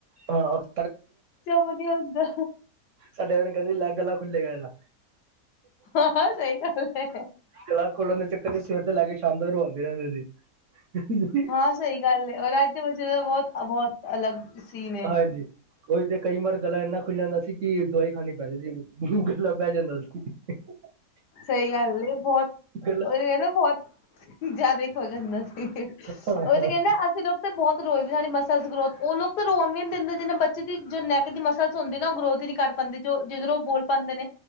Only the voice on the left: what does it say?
ਚੁੱਪ ਨੀ ਹੁੰਦਾ
ਹਾਂ- ਹਾਂ, ਸਹੀ ਗੱਲ ਏ।
ਹਾਂ, ਸਹੀ ਗੱਲ ਏ। ਔਰ ਅੱਜ <unintelligible> ਬਹੁਤ ਬਹੁਤ ਅਲੱਗ ਸੀਨ ਹੈ
ਸਹੀ ਗੱਲ ਏ, ਬਹੁਤ
ਉਹ ਨਾ ਬਹੁਤ ਜ਼ਿਆਦਾ ਈ ਖੁੱਲ੍ਹ ਜਾਂਦਾ ਸੀ। ਉਹ
ਤੇ ਕਹਿੰਦਾ ਅਸੀਂ ਲੋਕ ਬਹੁਤ ਰੋਈਦੇ, ਸਾਡੀ ਮਸਲਸ ਗ੍ਰੋਥ। ਉਹ ਲੋਕ ਤਾਂ ਰੋਨ ਵੀ ਨੀ ਦਿੰਦੇ, ਜਿੰਨਾ ਬੱਚੇ ਦੀ ਜੋ ਨੈਕ ਦੇ ਮਸਲਸ ਹੁੰਦੇ ਨਾ ਉਹ ਗਰੋਥ ਹੀ ਨੀ ਕਰ ਪਾਂਦੇ ਜੋ, ਜਿਧਰ ਉਹ ਬੋਲ ਪਾਉਂਦੇ ਨੇ